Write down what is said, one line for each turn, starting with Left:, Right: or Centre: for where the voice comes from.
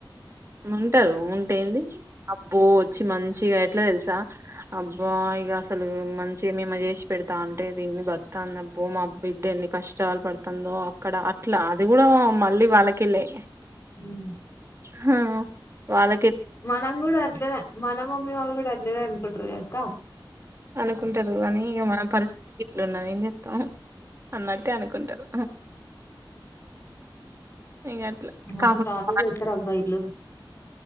Right: ఉంటారు ఉంటే ఏంది అబ్బో మంచి మంచిగా ఎట్లా తెలుసా అబ్బా ఇక అసలు మంచిగా మేమ చేసి పెడతా అంటే దీ బందిబ్బో మా అబ్బ బిడ్డ ఎన్ని కష్టాలు పడుతుందో అక్కడ అట్లా అది కూడా మళ్ళీ వాళ్ళ కెళ్లే
Left: ఉమ్మ్
Right: హా వాళ్ళ
Left: మనం కూడా అట్లనే మన మమ్మీ వాళ్ళు కూడా అట్లనే అనుకుంటారు కదా అక్క
Right: అనుకుంటారు కాగానీ ఇక మన పరిస్థితి ఇట్లు ఉన్నా ఏం చెతాం అన్నట్టు టే అనుకుంటారు ఇగ అట్లా
Left: మస్తు
Right: కాకుండా
Left: టార్చర్ చేస్తారాబ్బా ఇలు